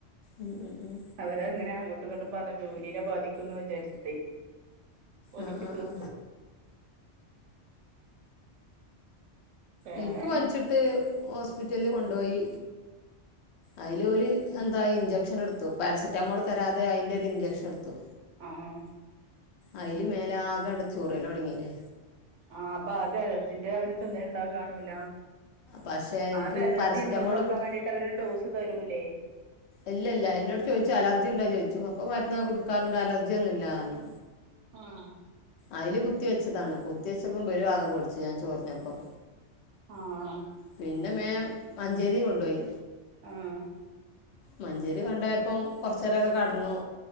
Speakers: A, on the left; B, on the right.
A: ഉം ഉം ഉം
B: അവര് ഇങ്ങനെ അങ്ങോട്ടും ഇങ്ങോണ്ടും പറഞ്ഞ് ജോലീനെ ബാധിക്കും എന്ന് വിചാരിച്ചിട്ട്. ഒതുക്കി
A: ആ ആ
B: തീർത്തു.
A: ആ
B: വേറെനെ
A: എൻക്ക് പൻച്ച്ട്ട് ഹോസ്പിറ്റല് കൊണ്ടോയി അയ്ല് ഓല് എന്താ ഇഞ്ചെക്ഷൻ എടുത്തു പാരസിറ്റമോള് തരാതെ അയ്ന്റെ ഒരു ഇഞ്ചെക്ഷൻ എടുത്തു
B: ആഹ്
A: അയ്ല് മേലാകെ ആണ്ട് ചൊറിയലോടങ്ങില്ലേ
B: ആഹ് അപ്പ അതാ അലർജിന്റെ അവര് തന്നെ ഇൻണ്ടായി കാണൂല
A: പക്ഷേ എനിക്ക്
B: അത് അലർജി
A: പാരസെറ്റമോൾ
B: ഉണ്ടോ നോക്കാവാണ്ടിട്ട്
A: കൊടു
B: അവരൊരു ഡോസ് തരൂല്ലേ
A: ഇല്ല ഇല്ല എന്നോട് ചോയ്ച്ചു അലർജി ഉണ്ടോ ചോയ്ച്ചു അപ്പൊ മരുന്ന കൊടുക്കാറുണ്ട് അലർജിയൊന്നു ഇല്ലാറാഞ്ഞു
B: ആഹ്
A: അയ്ല് കുത്തി വെച്ചതാണ് കുത്തി വെച്ചപ്പം ഇബലും ആകെ പേടിച്ച് ഞാൻ ചൊർഞ്ഞപ്പം
B: ആഹ്
A: പിന്നെ മേം മഞ്ചേരി കൊണ്ടോയി
B: ആഹ്
A: മഞ്ചേരി കൊണ്ടയപ്പം കുറചെരൊക്കെ കടന്നു